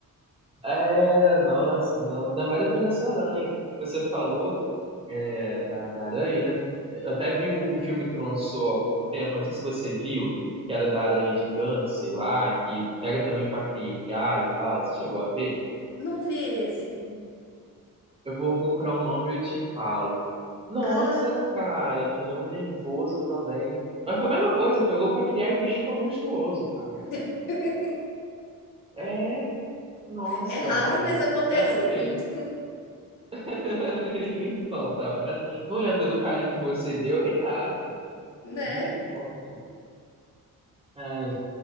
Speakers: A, on the right; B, on the left.
A: É, nossa, não. Ainda mais depois dessa aranha. Você falou, é, da, da aranha, né? Eu até vi o filme que lançou há pouco tempo, não sei se você viu, que era da aranha gigante, sei lá, que pega também pra criar e tal. Você chegou a ver?
B: Não vi esse.
A: Eu vou procurar o nome e eu te falo. Nossa,
B: Ah, fala.
A: cara, me deu um nervoso também. Mas foi a mesma coisa, pegou pra criar e o bicho ficou monstruoso, cara.
B: <laughs>
A: É, nossa,
B: É raro,
A: olha,
B: mas acontece
A: sério
B: muito,
A: mesmo. <laughs> Então, tá vendo? Não lembro do carinho que você deu nem nada.
B: né?
A: Misericórdia. Ai,